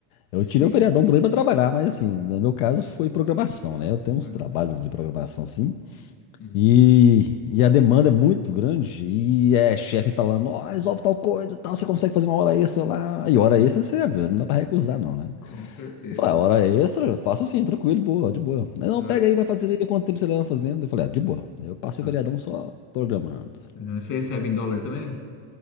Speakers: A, on the left; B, on the left.
A: Eu
B: Sim,
A: tirei o feriadão
B: sim.
A: também para trabalhar, mas assim, no meu caso foi programação, né? Eu tenho uns
B: Programação.
A: trabalhos de programação, sim.
B: Uhum.
A: E, e a demanda é muito grande. E é chefe falando, ó, resolve tal coisa, e tal, você consegue fazer uma hora extra lá. E hora extra você já viu, não dá para recusar, não, né?
B: Com certeza.
A: Eu falei, ah, hora extra, faço sim, tranquilo, boa, de boa. Aí, não,
B: Na
A: pega
B: hora.
A: aí, vai fazendo aí, vê quanto tempo você leva fazendo. Eu falei, ah, de boa. Eu passei
B: Tá.
A: o feriadão só programando.
B: Você recebe em dólar também?